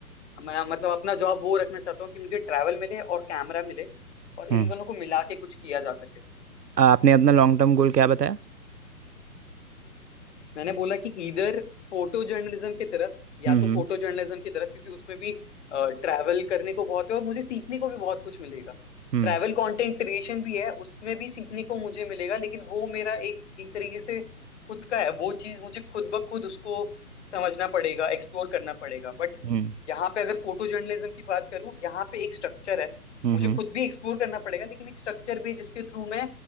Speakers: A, on the left; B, on the right.
A: मैं मतलब अपना जॉब वो रखना चाहता हूँ कि मुझे ट्रैवल मिले और कैमरा मिले और
B: हम्म
A: इन दोनों को मिला के कुछ किया जा सके
B: आपने अपना लॉन्ग टर्म गोल क्या बताया
A: मैंने बोला कि इधर फोटो जर्नलिज्म की तरफ या
B: हम्म
A: तो फोटो जर्नलिज्म की तरफ क्योंकि उसमें भी ट्रैवल करने को बहुत है और मुझे सीखने को भी बहुत कुछ मिलेगा
B: हम्म
A: ट्रैवल कंटेंट क्रिएशन भी है उसमें भी सीखने को मुझे मिलेगा लेकिन वो मेरा एक एक तरीके से खुद का है वो चीज मुझे खुद ब खुद उसको समझना पड़ेगा एक्सप्लोर करना पड़ेगा बट
B: हम्म
A: यहाँ पे अगर फोटो जर्नलिज्म की बात करूँ यहाँ पे एक स्ट्रक्चर है
B: हम्म
A: मुझे
B: हम्म,
A: खुद भी एक्सप्लोर करना पड़ेगा लेकिन एक स्ट्रक्चर भी है जिसके थ्रू मैं